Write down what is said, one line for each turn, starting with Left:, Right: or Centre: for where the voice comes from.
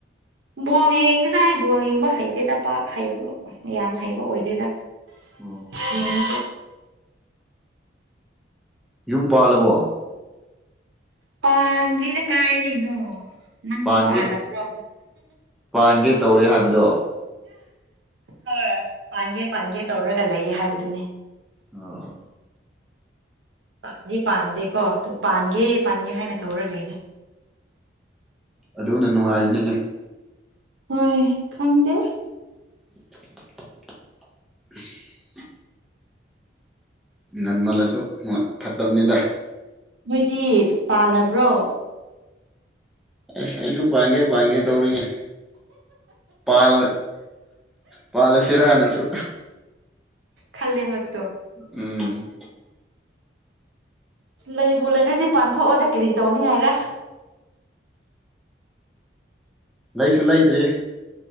Right: ꯕꯣꯜ ꯌꯦꯡꯗꯦꯗ ꯑꯩ ꯕꯣꯜ ꯌꯦꯡꯕ ꯍꯩꯇꯦꯗ ꯄꯥꯛ ꯍꯩꯕ ꯌꯥꯝ ꯍꯩꯕ ꯑꯣꯏꯗꯦꯗ
Centre: ꯑꯣ ꯍꯣ
Right: ꯌꯦꯡꯉꯥ ꯁꯨ
Centre: ꯌꯨꯝ ꯄꯥꯜꯂꯕꯣ
Right: ꯄꯥꯥꯟꯗ꯭ꯔꯤꯗ ꯀꯥꯏꯗꯩꯩꯅꯣ ꯅꯪꯗꯤ
Centre: ꯄꯥꯟꯒꯦ
Right: ꯄꯥꯜꯂꯕ꯭ꯔꯣ
Centre: ꯄꯥꯟꯒꯦ ꯇꯧꯔꯦ ꯍꯥꯏꯕꯗꯣ
Right: ꯍꯣꯏ ꯄꯥꯟꯒꯦ ꯄꯥꯟꯒꯦ ꯇꯧꯔꯒ ꯂꯩꯌꯦ ꯍꯥꯏꯕꯗꯨꯅꯤ
Centre: ꯑꯣ
Right: ꯄꯥꯟꯗꯤ ꯄꯥꯟꯗꯦꯀꯣ ꯑꯗꯨ ꯄꯥꯟꯒꯦ ꯄꯥꯟꯒꯦ ꯍꯥꯏꯅ ꯇꯧꯔ ꯂꯩꯔꯦ
Centre: ꯎꯝ ꯑꯗꯨꯅ ꯅꯨꯡꯉꯥꯏꯔꯤꯅꯤꯅꯦ
Right: ꯍꯣꯏ ꯈꯪꯗꯦ
Centre: <unintelligible> ꯉꯟꯃꯜꯂꯁꯨ ꯍꯣꯏ ꯐꯠꯇꯕꯅꯤꯗ
Right: ꯅꯣꯏꯗꯤ ꯄꯥꯜꯂꯕ꯭ꯔꯣ
Centre: ꯑꯁ ꯑꯩꯁꯨ ꯄꯥꯟꯒꯦ ꯄꯥꯟꯒꯦ ꯇꯧꯔꯤꯅꯦ ꯄꯥꯜ ꯄꯥꯜꯂꯁꯤꯔꯅꯁꯨ
Right: ꯈꯜꯂꯦ ꯍꯥꯏꯕꯗꯣ
Centre: ꯑꯝ
Right: ꯂꯩꯕꯨ ꯂꯩꯔꯗꯤ ꯄꯥꯟꯊꯣꯛꯑꯣꯗ ꯀꯔꯤ ꯇꯧꯅꯤꯉꯥꯏꯔ
Centre: ꯂꯩꯁꯨ ꯂꯩꯇ꯭ꯔꯤ